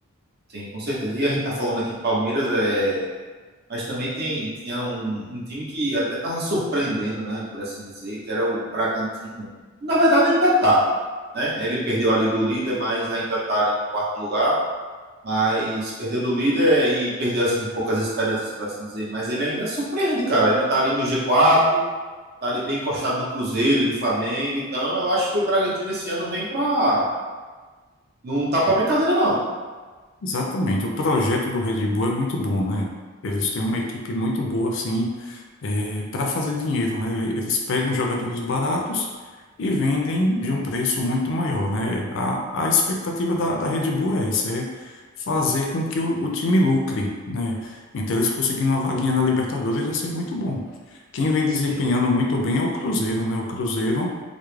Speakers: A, on the right (about 45°); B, on the left (about 60°).
A: sim, com certeza. E a gente tá falando aqui de Palmeiras, é... mas também tem, tinha um, um time que até tava surpreendendo, né, por assim dizer, que era o Bragantino. Na verdade, ainda tá, né? Ele perdeu ali do líder, mas ainda tá ali no quarto lugar. Mas perdeu do líder e perdeu, assim, um pouco as esperanças, por assim dizer. Mas ele ainda surpreende, cara. Ele tá ali no g quatro tá ali bem encostado no Cruzeiro e no Flamengo. Então, eu acho que o Bragantino esse ano vem pra. Não tá pra brincadeira, não.
B: Exatamente. O projeto do Red Bull é muito bom, né? Eles têm uma equipe muito boa, assim, para fazer dinheiro, né? Eles pegam jogadores baratos e vendem de um preço muito maior, né? A, a expectativa da, da Red Bull é essa, é fazer com que o, o time lucre, né? Então, eles conseguindo uma vaguinha na Libertadores vai ser muito bom. Quem vem desempenhando
A: Sim,
B: muito bem é o Cruzeiro, né? O Cruzeiro